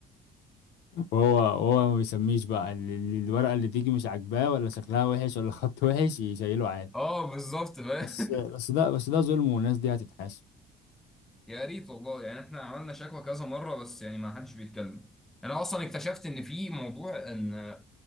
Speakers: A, on the left (about 85°); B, in the centre.
A: وهو وهو ما بيسميش بقى ال- ال- الورقة اللي تيجي مش عاجباه ولا شكلها وحش ولا خط وحش يشيله عادي
B: اه بالظبط فاهم
A: بس بس ده بس ده ظلم والناس دي هتتحاسب
B: <laughs> يا ريت والله يعني احنا عملنا شكوى كذا مره بس يعني ما حدش بيتكلم انا اصلا اكتشفت ان في موضوع ان